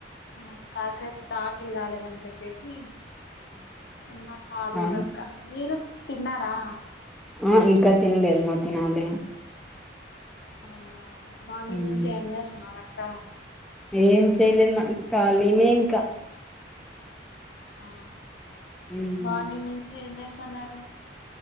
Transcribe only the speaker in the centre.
ఆ
ఆ ఇంకా తినలేదు మా తినాలి
ఉమ్
ఏం చేయలే మా ఖాళీనే ఇంకా
ఉమ్